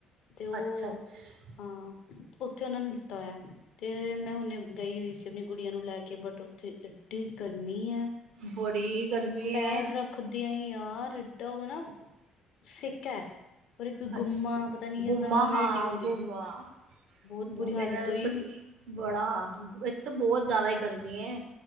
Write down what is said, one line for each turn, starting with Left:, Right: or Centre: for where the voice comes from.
Left: ਤੇ ਉਹ
Right: ਅੱਛਾ ਅੱਛਾ
Left: ਹਾਂ ਉੱਥੇ ਉਹਨਾਂ ਨੇ ਲਿੱਤਾ ਹੋਇਆ। ਤੇ ਮੈਂ ਹੁਣੇ ਗਈ ਹੋਈ ਸੀ। ਆਪਣੀ ਗੁੜੀਆਂ ਨੂੰ ਲੈ ਕੇ ਬਟ ਉੱਥੇ ਐਡੀ ਗਰਮੀ ਹੈ।
Right: ਬੜੀ ਗਰਮੀ
Left: ਪੈਰ
Right: ਹੈ
Left: ਰੱਖਦਿਆਂ ਹੀ ਯਾਰ ਏਡਾ ਉਹ ਨਾ ਸੇਕਾ ਹੈ ਪਰ ਇੱਕ
Right: ਅੱਛ
Left: ਗੁੰਮਾ ਪਤਾ ਨੀ
Right: ਗੁੰਮਾ
Left: ਏਦਾਂ ਹਿਊਮਿਨਿਟੀ
Right: ਹਾਂ
Left: ਹੁੰਦੀ।
Right: ਗੁੰਮਾ
Left: ਬੋਤ
Right: ਗੁੰਮੇ
Left: ਬੁਰੀ ਹਾਲਤ
Right: ਨਾਲ
Left: ਹੋਈ।
Right: ਪਸ ਬੜਾ ਇੱਥੇ ਤਾਂ ਬੋਤ ਜ਼ਿਆਦਾ ਹੀ ਗਰਮੀ ਹੈ